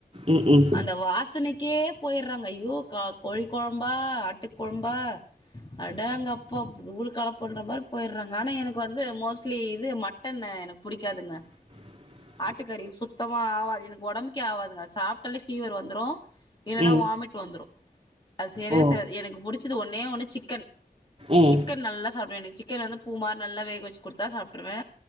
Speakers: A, on the right; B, on the left.
A: ம் ம்
B: அந்த வாசனைக்கே போயிடுறோங்க ஐயோ க கோழி கொழம்பா ஆட்டுக்கொழம்பா அடாங்கப்பா தூளுக்கலப்போன்ற மாதிரி போயிட்றாங்க ஆனா எனக்கு வந்து மோஸ்ட்லி இது மட் மட்டன்னு எனக்கு புடிக்காதுங்க
A: பிளாங்க்
B: ஆட்டுக்கறி சுத்தமா ஆவாது எனக்கு ஒடம்புக்கே ஆவாதுங்க சாப்ட்டாலே ஃபீவர் வந்துடோ இல்லன்னா
A: ம்
B: வாமிட் ட்டு வந்துடோ அது சேரவே
A: ஓ
B: சேராது எனக்கு பிடிச்சுது ஒன்னே ஒண்ணு சிக்கன்
A: ம்
B: சிக்கன் நல்லா சாப்புடுவே எனக்கு சிக்கன் வந்து பூ மாரி நல்லா வேக வெச்சு குடுத்தா சாப்ட்ருவே